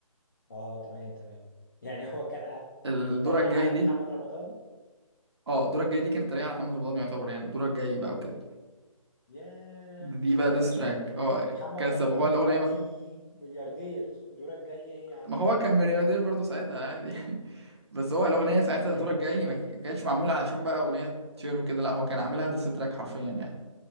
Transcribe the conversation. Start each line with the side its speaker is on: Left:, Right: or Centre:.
Left: اه تمام تمام <laughs> يعني هو كان عم
Right: فالدورة
Left: بيتريق
Right: الجاي
Left: على
Right: دي
Left: محمد رمضان
Right: اه الدورة الجاي دي كانت تريقة على محمد رمضان يعتبر يعني الدورة الجاي بقى وكده
Left: ياه
Right: دي
Left: ياه
Right: بقى ديس
Left: شو
Right: تراك اه
Left: محمد
Right: كسب
Left: رمضان
Right: هو
Left: دلوقتي
Right: الاغنية ما, ك-
Left: ملياردير دورك جاي ايه يا عم
Right: ما هو كان ملياردير برضه ساعتها عادي يعني <laughs> بس هو الاغنية ساعتها الدورة الجاي ما ك- كانتش معمولة علشان بقى اغنية تشير وكده لا هو كان عاملها ديس تراك حرفيا يعني